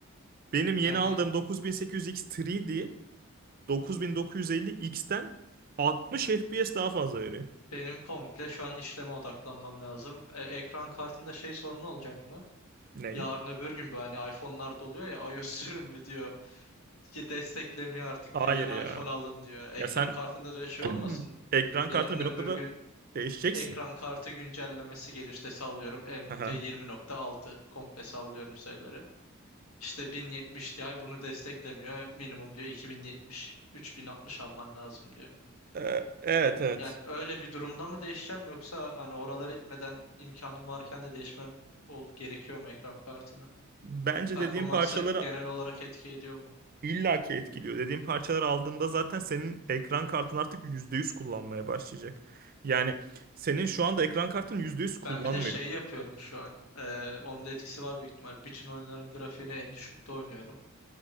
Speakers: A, on the right; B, on the left.
A: Benim yeni
B: Yani
A: aldığım 9800X 3D 9950X'ten 60 FPS daha fazla veriyor.
B: Benim komple şu an işleme odaklanmam lazım. E, ekran kartında şey sorunu olacak mı?
A: Ney?
B: Yarın öbür gün bu hani iPhone'larda oluyor ya iOS <laughs> sürümü diyor. Ki desteklemiyor artık
A: Hayır
B: diyor. Yeni
A: ya.
B: iPhone alın diyor. Ekran
A: Ya sen
B: kartında da şey
A: <clears throat>
B: olmasın.
A: ekran
B: Yarın
A: kartını
B: öbür
A: bir noktada
B: gün
A: değişeceksin.
B: ekran kartı güncellemesi gelir. İşte sallıyorum Nvidia
A: Aha.
B: 20.6 komple sallıyorum sayıları. İşte 1070 Ti bunu desteklemiyor. Minimum diyor 2070, 3060 alman lazım diyor.
A: Ee, evet evet.
B: Yani öyle bir durumda mı değişeceğim yoksa hani oralar etmeden imkanım varken de değişmem ol gerekiyor mu ekran kartını?
A: Bence
B: Performansa
A: dediğim parçaları
B: genel olarak etki ediyor mu?
A: illaki etkiliyor. Dediğim parçaları aldığında zaten senin ekran kartın artık %100 kullanmaya başlayacak. Yani senin şu anda ekran kartın %100 kullanmıyor.
B: Ben bir de şey yapıyorum şu an. Ee, onun da etkisi var büyük ihtimal. Bütün oyunların grafiğini en düşükte oynuyorum.